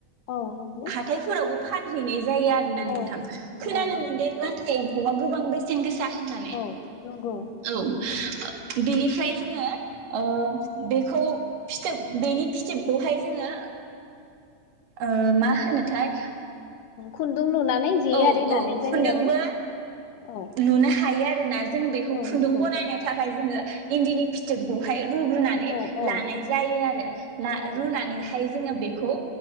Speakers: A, on the left; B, on the right.
A: औ नंगौ
B: हाथायफोरावबो फानहैनाय जायो आरोना नोंथां
A: औ नंगौ
B: खोनानो
A: नंगौ
B: मोनदों लाथा एम्फौ गोबां बेसेन गोसा होननानै
A: औ नंगौ
B: औ
A: नंगौ नोंथां
B: बिनिफ्राय जोङो ओ बेखौ फिथोब बेनि फिथोबखौहाय जोङो ओ मा होनोथाय
A: खुन्दुं लुनानै जे
B: औ
A: आरि दानाय
B: औ खुनदुंबो
A: जायो आरो औ
B: लुनो हायो <unintelligible> जों बेखौ
A: औ
B: खुन्दुं
A: नंगौ
B: बनायनो थाखाय जोङो इन्दिनि फिथोबखौहाय रुग्रोनानै
A: औ औ
B: लानाय जायो आरो
A: नंगौ
B: रुनानैहाय जोङो बेखौ